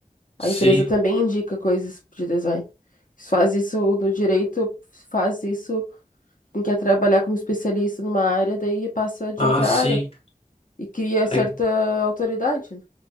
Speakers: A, on the left; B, on the left.
A: A
B: Sim.
A: empresa também indica coisas de design. Se faz isso no direito, se faz isso, quem quer trabalhar como especialista numa área, daí passa de
B: Ah,
A: outra
B: sim.
A: área e cria certa
B: É,
A: autoridade. né?